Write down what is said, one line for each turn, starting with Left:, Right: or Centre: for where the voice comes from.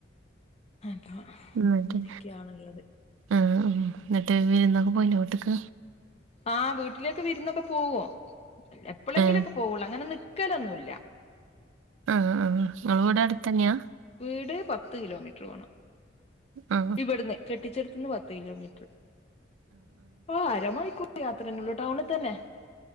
Left: അപ്പൊ
Right: ന്നട്ട്
Left: അങ്ങനെയൊക്കെയാണുള്ളത്
Right: ആ ന്നട്ട് വിര് ന്നൊക്കെ പോയിനോ വീട്ട് ക്ക്
Left: ആഹ് വീട്ടിലേക്ക് വിരുന്നൊക്കെ പോവോ എപ്പോളെ
Right: ഏ
Left: ങ്കിലൊക്കെ പോവുള്ളു അങ്ങനെ നി ക്കലൊന്നുല്ല
Right: ആഹ ആ ങ്ങള്വ്ടെ അടുത്തന്നെയാ
Left: വീട് പത്ത് കിലോമീറ്റർ പോണം
Right: ആ
Left: ഇവിടുന്ന് കെട്ടിച്ചെടുത്ത്ന്ന് പത്ത് കിലോമീറ്റർ ആ അരമാണിക്കൂർ യാത്രേന്നള്ളു ടൗണിൽ തന്നെ